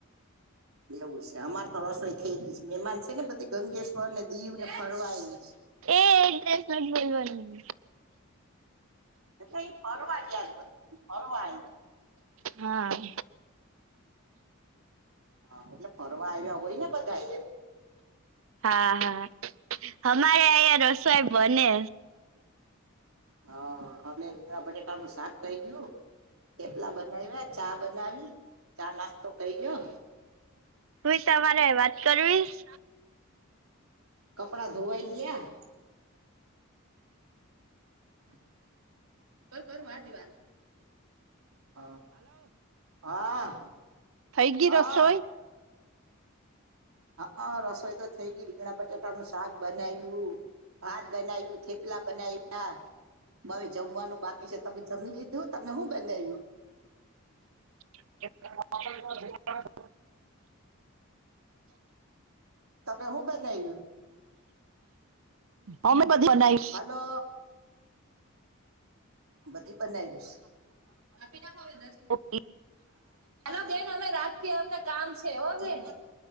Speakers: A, on the right (about 85°); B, on the right (about 70°).
A: એવું છે અમાર તો રસોઈ થઈ ગઈ મહેમાન છે ને બધી ગંગેશ્વર ને દીવ ને ફરવાય
B: એ એ ડ્રેસ ન બલવાનું
A: એ એ ફરવા ગ ફરવા
B: હા!
A: હા! એટલે ફરવા આવ્યા હોય ને બધા એમ?
B: હા હા! અમારે અહીંયા રસોઈ બને.
A: હા અમે બટેટાનું શાક કહી ગયું ચેપલા બનાવ્યા. ચા બનાવી ચા નાસ્તો થઈ ગયો
B: હુંઈ તમારે વાત કરવીશ
A: કપડા ધોવાઈ ગયા <inaudible> કર કર વા દી વાન હ હા
B: થઈ ગય
A: હા
B: રસોઈ
A: હા રસોઈ તો થઈ ગઈ રીંગણા બટેટા ન શાક બનાવ્યું ભાત બનાવ્યું. થેપલા બનાયા હવે જમવાનું. બાકી છે તમે જમી લીધું તમે હું બનાવ્યું.
B: <unintelligible>
A: તમે હું બન આવું.
B: અમે બધી બનાઈ.
A: હલો. બધી પના દસ કાપી ના.
B: ઓકે.
A: હલો બેન. અમે રાખીએ અમને કામ છે ઓ બેન.